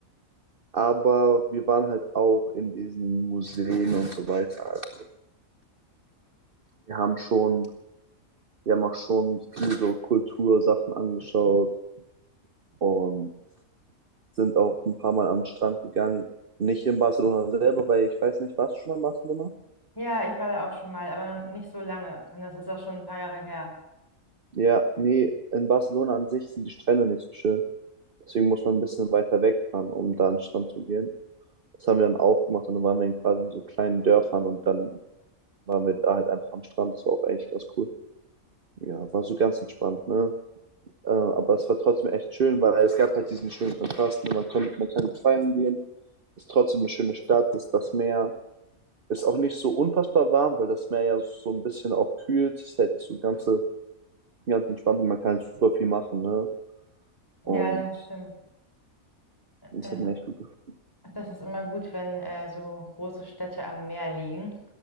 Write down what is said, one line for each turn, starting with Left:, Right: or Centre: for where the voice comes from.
Right: Aber wir waren halt auch in diesen Museen und so weiter. Also wir haben schon, wir haben auch schon viel so Kultursachen angeschaut und sind auch ein paar Mal am Strand gegangen. Nicht in Barcelona selber, weil ich weiß nicht, warst du schon in Barcelona?
Left: Ja, ich war da auch schon mal, aber noch nicht so lange. Und das ist auch schon ein paar Jahre her.
Right: Ja, nee, in Barcelona an sich sind die Strände nicht so schön. Deswegen muss man ein bisschen weiter wegfahren, um da an den Strand zu gehen. Das haben wir dann auch gemacht und dann waren wir in quasi in so kleinen Dörfern und dann waren wir da halt einfach am Strand. Das war auch eigentlich ganz cool. Ja, war so ganz entspannt, ne? Äh, aber es war trotzdem echt schön, weil es gab halt diesen schönen Kontrast. Ne? Man, konnte, man kann feiern gehen, ist trotzdem eine schöne Stadt, ist das Meer. Ist auch nicht so unfassbar warm, weil das Meer ja so ein bisschen auch kühlt. Es hält das so ganze, ganz entspannt und man kann halt super viel machen. Ne?
Left: Ja,
Right: Und
Left: das stimmt.
Right: das
Left: Das,
Right: hat mir echt gut gefallen.
Left: das ist immer gut, wenn äh, so große Städte am Meer liegen,